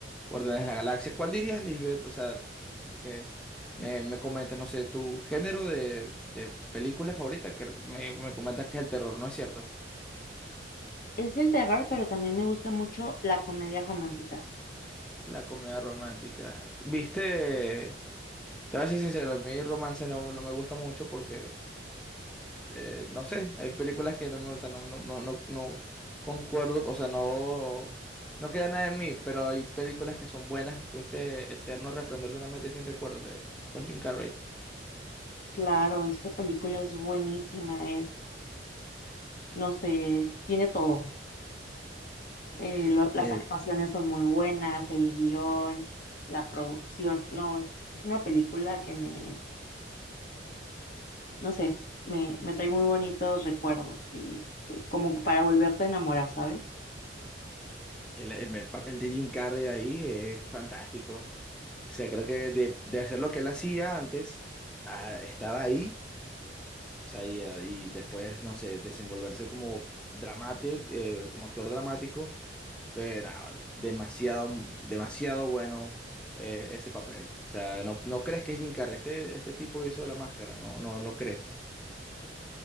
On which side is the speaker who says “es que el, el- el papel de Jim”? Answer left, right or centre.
Centre